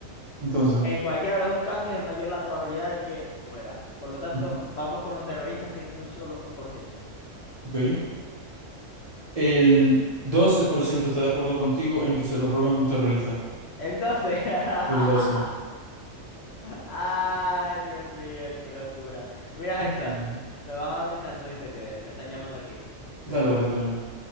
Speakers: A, on the right (about 35°); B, on the left (about 60°).
A: Entonces.
B: En cualquiera de los dos casos es mayor la probabilidad de que muera. Por lo tanto,
A: ujú,
B: vamos con los terroristas, que es un solo un por ciento.
A: ok. El 12% está de acuerdo contigo en que se lo roben a un terrorista.
B: El 12. <laughs>
A: El 12.
B: Ay, Dios mío, qué locura. Mira,
A: Ujú.
B: Hexa, me vas a dar un chance, viste, que me están llamando aquí, mi
A: Dale,
B: hermano.
A: papi, está bien.